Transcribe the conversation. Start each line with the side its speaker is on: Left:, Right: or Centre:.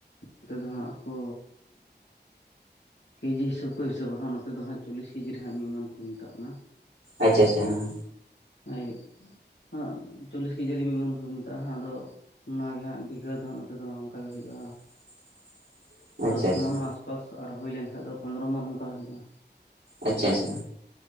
Left: ᱱᱚᱛᱮ ᱫᱚ ᱦᱟᱸᱜ ᱠᱚ ᱠᱮᱡᱤ ᱦᱤᱥᱟᱹᱵ ᱠᱚ ᱦᱤᱥᱟᱹᱵᱟ ᱦᱟᱸᱜ ᱱᱚᱛᱮ ᱫᱚ ᱦᱟᱸᱜ ᱪᱚᱞᱞᱤᱥ ᱠᱮᱡᱤ ᱨᱮ ᱦᱟᱸᱜ ᱢᱚᱱ ᱠᱚ ᱢᱮᱛᱟᱜ ᱠᱟᱱᱟ᱾
Right: ᱟᱪᱪᱷᱟ ᱟᱪᱪᱷᱟ ᱦᱮᱸ
Left: ᱦᱳᱭ ᱦᱮ ᱪᱚᱞᱞᱤᱥ ᱠᱮᱡᱤ ᱨᱮ ᱢᱤᱫ ᱢᱚᱱ ᱠᱚ ᱢᱮᱛᱟᱜᱼᱟ ᱟᱫᱚ ᱚᱱᱟᱚ ᱜᱮ ᱦᱟᱸᱜ ᱵᱷᱤᱜᱷᱟᱹ ᱫᱚ ᱦᱟᱸᱜ ᱱᱚᱛᱮ ᱫᱚ ᱚᱱᱠᱟ ᱜᱮ ᱦᱩᱭᱩᱜᱼᱟ᱾
Right: <unintelligible> ᱟᱪᱪᱷᱟ
Left: ᱫᱚᱥ
Right: ᱟᱪᱪᱷᱟ
Left: ᱢᱚᱱ ᱟᱥᱯᱟᱥ ᱟᱨ ᱦᱩᱭ ᱞᱮᱱᱠᱷᱟᱱ ᱫᱚ ᱯᱚᱱᱫᱽᱨᱚ ᱢᱚᱱ ᱚᱱᱠᱟ ᱦᱩᱭᱩᱜᱼᱟ᱾
Right: ᱟᱪᱪᱷᱟ ᱟᱪᱪᱷᱟ